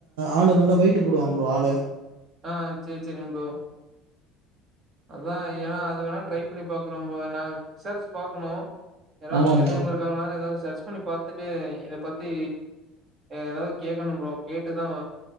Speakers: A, on the right (about 70°); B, on the right (about 40°).
A: ஆளு நல்லா வெயிட்டு போடுவம்புரோ ஆளு
B: ஆஹ் செரி செரி புரோ அதான் ஏன்னா அது வேணா ட்ரை பண்ணி பாக்கறோம் புரோ நான் விசாரிச்சு பாக்கணும் ஏதாவது
A: ஆமா
B: தெரிஞ்சவயிருக்காங்களா
A: ப்ரோ
B: ஏதாவது விசரிச்சு பண்ணி பார்த்துட்டு இதை பத்தி ஏதாவது கேக்கணும் புரோ கேட்டுதான்